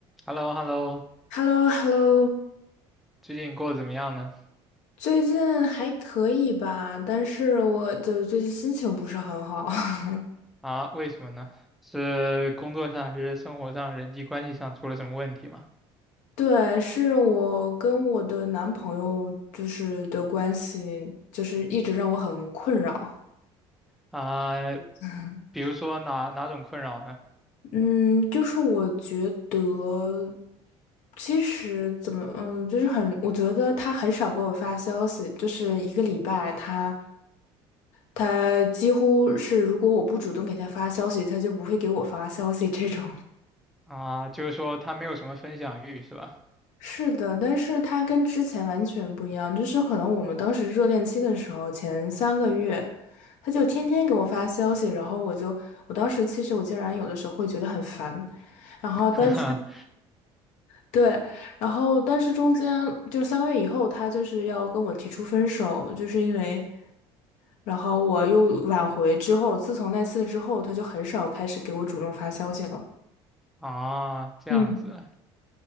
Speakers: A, in the centre; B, on the left (about 70°).
A: h e l l o h e l l o
B: h e l l o h e l l o
A: 最近过得怎么样呢？
B: 最近还可以吧，但是我的最近心情不是很好。<laughs>
A: 啊，为什么呢？是工作上还是生活上、人际关系上出了什么问题吗？
B: 对，是我跟我的男朋友就是的关系，就是一直让我很困扰。
A: 啊，
B: <laughs>
A: 比如说哪哪种困扰呢？
B: 嗯，就是我觉得，其实怎么，嗯，就是很，我觉得他很少给我发消息，就是一个礼拜他，他几乎是如果我不主动给他发消息，他就不会给我发消息这种。
A: 啊，就是说他没有什么分享欲是吧？
B: 是的，但是他跟之前完全不一样，就是可能我们当时热恋期的时候，前三个月，他就天天给我发消息，然后我就，我当时其实我竟然有的时候会觉得很烦，然后但是
A: <laughs> 哈哈，
B: 对，然后但是中间就是三个月以后，他就是要跟我提出分手，就是因为，然后我又挽回之后，自从那次之后，他就很少开始给我主动发消息了。
A: 啊，这样子，
B: 嗯。